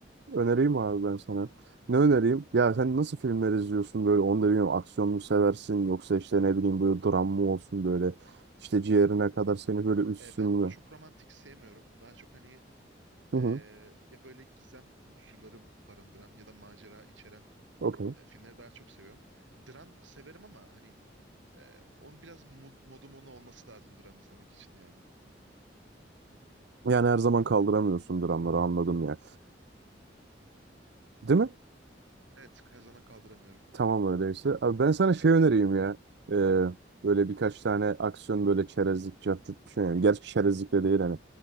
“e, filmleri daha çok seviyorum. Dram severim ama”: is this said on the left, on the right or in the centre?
Right